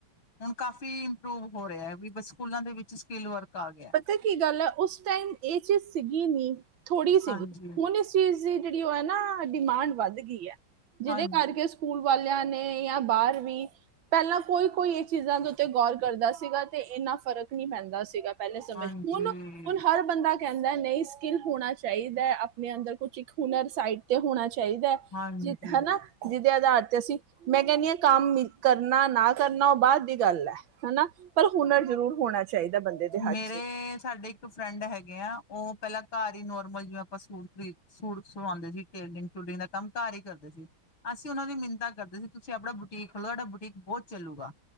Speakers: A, on the left; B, on the right.
A: ਹੁਣ ਕਾਫੀ ਇੰਪਰੂਵ ਹੋ ਰਿਹਾ ਵੀ, ਸਕੂਲਾਂ ਦੇ ਵਿੱਚ ਸਕਿੱਲ ਵਰਕ ਆ ਗਿਆ।
B: ਪਤਾ ਕੀ ਗੱਲ ਹੈ, ਉਸ ਟਾਈਮ ਇਹ ਚੀਜ਼ ਸੀਗੀ ਨੀ, ਥੋੜ੍ਹੀ ਸੀਗੀ,
A: ਹਾਂਜੀ
B: ਹੁਣ। ਚੀਜ਼ ਦੀ ਜਿਹੜੀ ਉਹ ਹੈ ਨਾ, ਡਿਮਾਂਡ ਵੱਧ ਗਈ ਹੈ, ਜਿਹਦੇ
A: ਹਾਂਜੀ
B: ਕਰਕੇ। ਸਕੂਲ ਵਾਲਿਆਂ ਨੇ, ਜਾਂ ਬਾਹਰ ਵੀ। ਪਹਿਲਾਂ ਕੋਈ- ਕੋਈ ਇਹ ਚੀਜ਼ਾਂ ਦੇ ਉੱਤੇ ਗੌਰ ਕਰਦਾ ਸੀਗਾ, ਤੇ ਇੰਨਾ ਫ਼ਰਕ ਨਹੀਂ ਪੈਂਦਾ ਸੀਗਾ। ਪਹਿਲੇ ਸਮੇਂ,
A: ਹਾਂਜੀ
B: ਹੁਣ -ਹੁਣ ਹਰ। ਬੰਦਾ ਕਹਿੰਦਾ ਨਹੀਂ ਸਕਿੱਲ ਹੋਣਾ ਚਾਹੀਦਾ, ਆਪਣੇ ਅੰਦਰ ਕੁਛ ਇੱਕ ਹੁਨਰ ਸਾਈਡ ਤੇ ਹੋਣਾ ਚਾਹੀਦਾ। ਚਾਹੀਦਾ ਹੈ,
A: ਹਾਂਜੀ
B: ਜਿਹਦਾ ਨਾ। ਜਿਹਦੇ ਆਧਾਰ ਤੇ ਅਸੀਂ, ਮੈਂ ਕਹਿੰਦੀ ਹਾਂ, ਕੰਮ ਕਰਨਾ ਨਾ ਕਰਨਾ ਉਹ ਬਾਅਦ ਦੀ ਗੱਲ ਹੈ। ਹਨਾ, ਪਰ ਹੁਨਰ ਜ਼ਰੂਰ ਹੋਣਾ ਚਾਹੀਦਾ। ਬੰਦੇ ਦੇ ਹੱਥ
A: ਮੇਰੇ,
B: 'ਚ
A: ਸਾਡੇ ਇੱਕ ਫਰੈਂਡ ਹੈਗੇ ਆ, ਉਹ ਪਹਿਲਾਂ ਘਰ ਹੀ ਨੋਰਮਲ ਜਿਵੇਂ ਆਪਾਂ ਸੂਟ ਖਰੀਦ ਸੂਟ ਸਵਾਉਂਦੇ ਸੀ, ਟੇਲਰਿੰਗ ਟੂਲਿੰਗ ਦਾ ਕੰਮ ਘਰ ਹੀ ਕਰਦੇ ਸੀ, ਅਸੀਂ ਉਹਨਾਂ ਦੀ ਮਿੰ ਇੱਦਾਂ ਕਰਦੇ ਸੀ ਤੁਸੀਂ ਆਪਣਾ ਬੁਟੀਕ ਖੋਲੋ, ਤੁਹਾਡਾ ਬੁਟੀਕ ਬਹੁਤ ਚੱਲੂਗਾ।